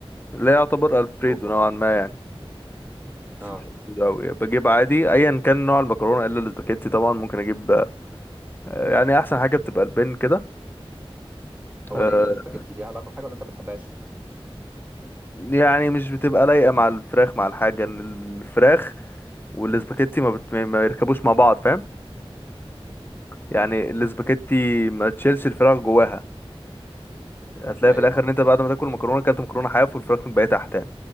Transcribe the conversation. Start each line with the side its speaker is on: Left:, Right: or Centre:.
Left: اللي هي يعتبر ألفريدو
Right: اوبا
Left: نوعا ما يعني
Right: اه
Left: بس مش ألفريدو أوي بجيب عادي أيا كان نوع المكرونة إلا الاسباجيتي طبعا ممكن أجيب آه، يعني أحسن حاجة بتبقى البن كده
Right: هو
Left: آه،
Right: ليه الا الاسباجيتي ليها علاقه بحاجه ولا انت ما بتحبهاش
Left: يعني مش بتبقى لايقة مع الفراخ مع الحاجة ان الفراخ والاسباجيتي ما, بت... ما يركبوش مع بعض فاهم يعني
Right: امم
Left: الاسباجيتي ما تشيلش الفراخ جواها هتلاقي
Right: ايوه
Left: في الاخر
Right: فاهم
Left: ان انت بعد ما تاكل المكرونة اكلت مكرونة حاف والفراخ متبقية تحت يعني